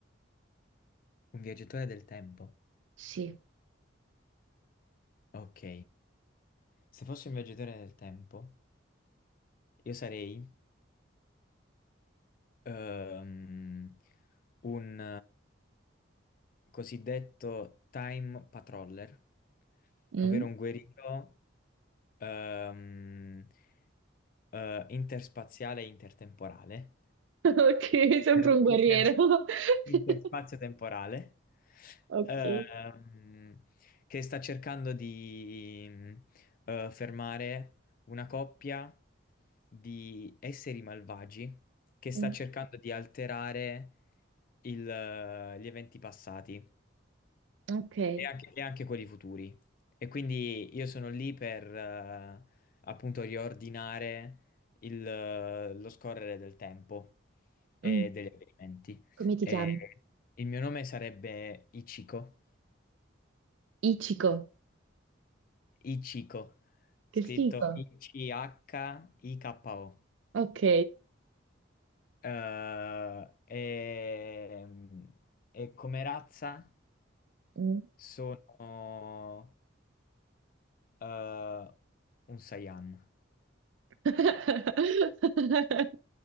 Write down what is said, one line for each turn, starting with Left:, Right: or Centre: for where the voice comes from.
Left: un viaggiatore del tempo.
Right: Sì.
Left: Ok, se fossi un viaggiatore del tempo, io sarei ehm, un, cosiddetto time patroller,
Right: Mm?
Left: ovvero un guerriero ehm, eh, interspaziale e intertemporale
Right: <laughs> Ok, sempre
Left: inter-
Right: un guerriero.
Left: inter- interspazio
Right: <laughs>
Left: temporale,
Right: Ok.
Left: ehm, che sta cercando di mh, eh, fermare una coppia di esseri malvagi che sta
Right: Mm,
Left: cercando di alterare il, eh, gli eventi passati
Right: Ok.
Left: e anche, e anche quelli futuri. E quindi io sono lì per eh, appunto riordinare il, eh, lo scorrere del tempo e
Right: Mm,
Left: degli avvenimenti.
Right: Come ti
Left: E
Right: chiami?
Left: il mio nome sarebbe Ichiko,
Right: Ichiko.
Left: Ichiko,
Right: Che
Left: scritto
Right: figo.
Left: I-C-H-I-K-O.
Right: Ok.
Left: Eh, e, e come razza
Right: Mm.
Left: sono eh, un Saiyan.
Right: <laughs>